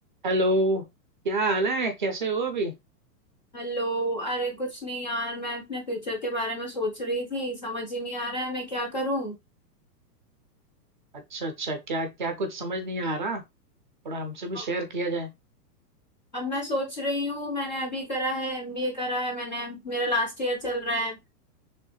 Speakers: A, on the right; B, on the left.
A: Hello क्या हाल है कैसे हो अभी
B: Hello अरे कुछ नहीं यार मैं अपने फ्यूचर के बारे में सोच रही थी समझ ही नहीं आ रहा है मैं क्या करूं
A: अच्छा अच्छा क्या क्या कुछ समझ नहीं आ रहा थोड़ा हमसे भी
B: अब
A: शेयर किया जाए
B: अब मैं सोच रही हूँ मैंने अभी करा है एमबीए करा है मैंने मेरा लास्ट ईयर चल रहा है